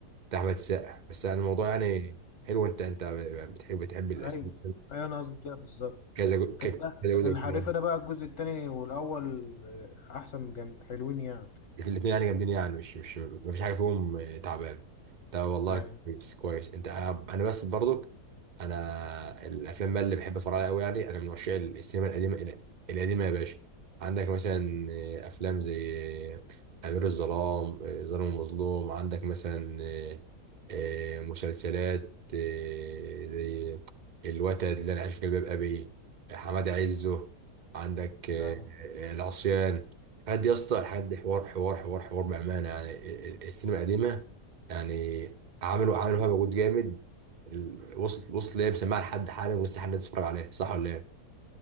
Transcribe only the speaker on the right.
بتاع احمد السقا بس أنا الموضوع يعني حلو انت انت بتحب بتحب الاسئله
كذا جو-
كذا
جزء
وكده
الاثنين يعني جامدين يعني مش مش ما فيش حاجه فيهم آه، تعبان ده والله
كويس كويس انت آه، انا بس برضك انا الافلام بقى اللي بحب اتفرج عليها قوي يعني انا من عشاق السينما القديمه ال- القديمه يا باشا عندك مثلا آه، افلام زي آه، امير الظلام آه، ظالم المظلوم عندك مثلا آه، آه، مسلسلات آه، زي الوتد اللي انا عايش في جلباب ابي حماد عزه عندك آه،
آه، العصيان قد يا اسطى لحد حوار حوار حوار حوار بامانه يعني ال- ال- السينما القديمه يعني عملوا عملوا فيها مجهود جامد ال- وصلت وصلت ليه مسمعها لحد حالا ولسه حد الناس بتتفرج عليها صح ولا ايه؟